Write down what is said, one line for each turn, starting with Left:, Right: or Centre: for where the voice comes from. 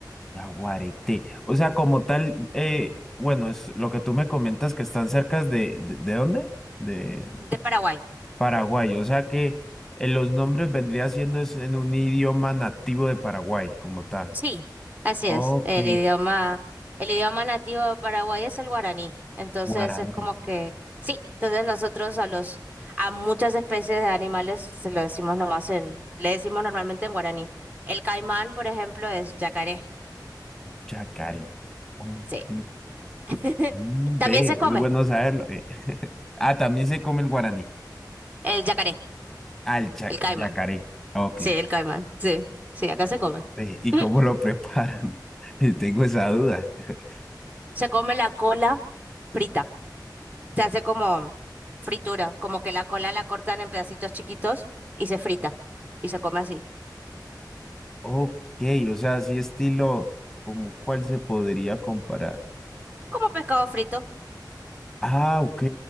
Centre: Yaguareté. O sea, como tal, eh, bueno, es lo que tú me comentas que están cerca de, de, ¿de dónde? De
Right: De Paraguay.
Centre: Paraguay. O sea que eh, los nombres vendría siendo es en un idioma nativo de Paraguay, como tal.
Right: Sí. Así
Centre: Ok.
Right: es, el idioma, el idioma nativo de Paraguay es el guaraní. Entonces
Centre: Guaraní,
Right: es como que, sí, entonces nosotros a los, a muchas especies de animales se lo decimos nomás en, le decimos normalmente en guaraní. El caimán, por ejemplo, es yacaré.
Centre: Chacaré. Ok.
Right: Sí. <laughs>
Centre: Mm,
Right: También
Centre: ve,
Right: se come
Centre: es bueno saberlo. eh. <laughs> Ah, también se come el guaraní.
Right: el yacaré,
Centre: Al cha-
Right: el caimán.
Centre: yacaré. Ok.
Right: Sí, el caimán. Sí, sí, acá se come.
Centre: Ve, ¿Y
Right: <clears throat> Mm,
Centre: cómo lo preparan? <laughs> Eh, Tengo esa duda. <laughs>
Right: Se come la cola frita. Se hace como fritura, como que la cola la cortan en pedacitos chiquitos y se frita y se come así,
Centre: Ok, o sea, así estilo, ¿como cuál se podría comparar?
Right: como pescado frito.
Centre: Ah, ok.